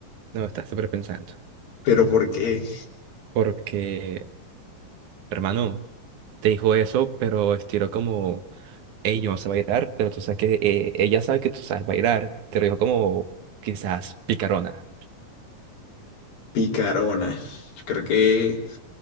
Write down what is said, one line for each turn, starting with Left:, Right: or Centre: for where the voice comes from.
Right: No, estás sobrepensando.
Left: Pero ¿por qué
Right: Porque, hermano, te dijo eso, pero estilo como... hey, yo no sé bailar, pero tú sabes que eh, ella sabe que tú sabes bailar. Te lo dijo como quizás picarona.
Left: picarona? Yo creo que